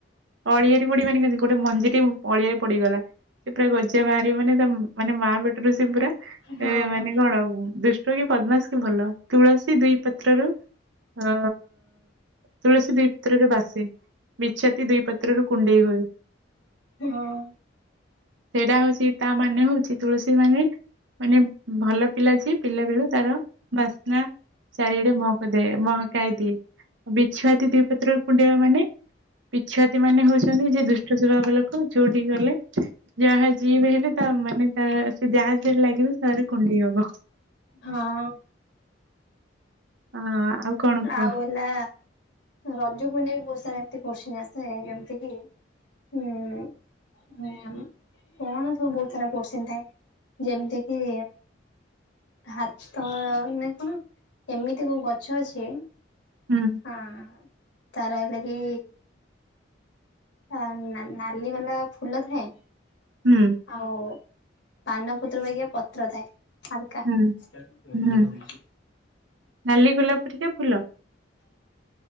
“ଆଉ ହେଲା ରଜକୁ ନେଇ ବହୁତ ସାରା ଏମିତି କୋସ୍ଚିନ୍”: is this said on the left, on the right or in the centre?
Left